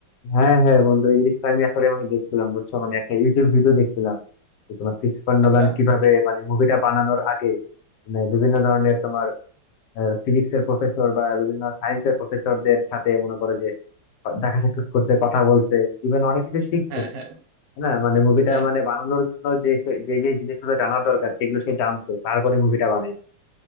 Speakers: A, on the left; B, on the right.
A: হ্যাঁ হ্যাঁ বন্ধু এই জিনিসটা আমি আসলে মানে দেখছিলাম বুঝছো মানে একটা ইউটিউব ভিডিও দেখছিলাম যে তোমার ক্রিস্টোফার নোলান
B: আচ্ছা
A: কিভাবে মানে মুভিটা বানানোর আগে মানে বিভিন্ন ধরনের তোমার ফিজিক্স এর প্রফেসর বা বিভিন্ন সায়েন্স এর প্রফেসরদের সাথে মনে করো যে দেখা সাক্ষাৎ করছে কথা বলছে ইভেন অনেক কিছু শিখছে
B: হ্যাঁ হ্যাঁ
A: হ্যাঁ মানে মুভিটা
B: হ্যাঁ
A: মানে বানানোর জন্য যে সে- যে যে জিনিসগুলো জানার দরকার সেগুলো সে জানছে তারপরে মুভিটা বানাইছে